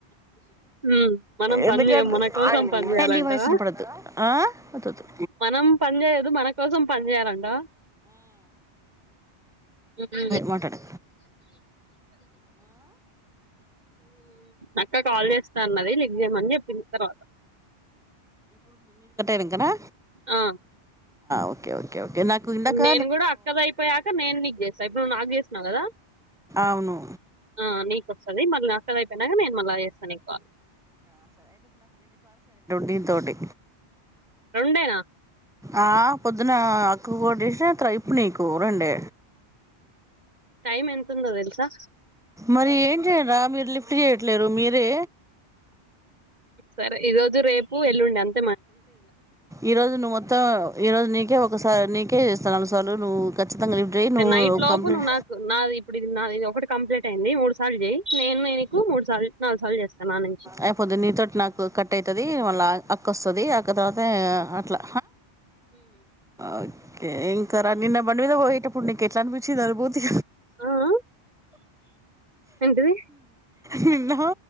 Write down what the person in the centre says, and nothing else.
ఎందుకు
అంటే
ఏ నీ వాయిస్ వినపడదు వద్దొద్దు
మాట్లాడు
పెంకనా
ఓకే ఓకే ఓకే నాకు ఇందాక
అవును
దీంతోటి
ఆ పొద్దున అక్కకు ఒకటి చేసినత ఇప్పుడు నీకు రెండే
మరి ఏ రా మీ లిఫ్ట్ చేయట్లేరు మీరే
ఈరోజు నువ్వు మొత్తం ఈరోజు నీకే ఒకసారి నీకే చేస్తా నాలుగు సార్లు నువ్వు ఖచ్చితంగా లిఫ్ట్ చేయి నువ్వు
కంప్లీట్
అయిపోద్దు నీతోటి నాకు కట్ అవుతుది మళ్ళా అ అక్క వస్తది అక్క తర్వాత అట్లా ఓకే ఇంకా రా నిన్న బండి మీద పోయేటప్పుడు, అప్పుడు నీకు ఎట్లా అనిపించింది అల్లు పోతే
నిన్న